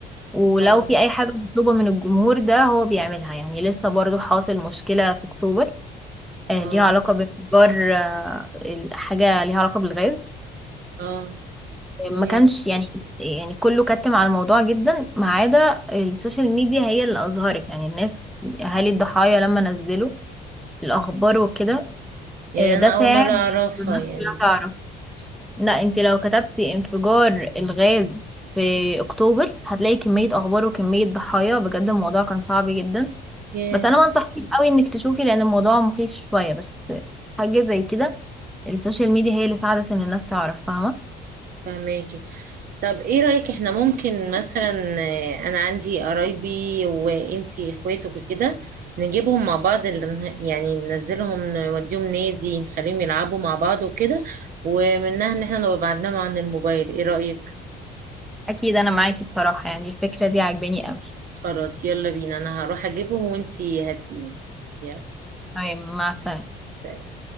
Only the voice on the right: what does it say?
اه
اه
اه ياه.
يعني
انا
اول مره اعرفها
يعني
ياه
فهماكي طب ايه رأيك احنا ممكن مثلا آه، انا عندي قرايبي وانتي اخواتك وكده نجيبهم مع بعض ال- يعني ننزلهم نوديهم نادي نخليهم يلعبوا مع بعض وكده ومنها ان احنا نبقى بعدناهم عن الموبايل ايه رأيك
خلاص يلا بينا انا هروح اجيبهم وانتي هاتيهم يلا
سلام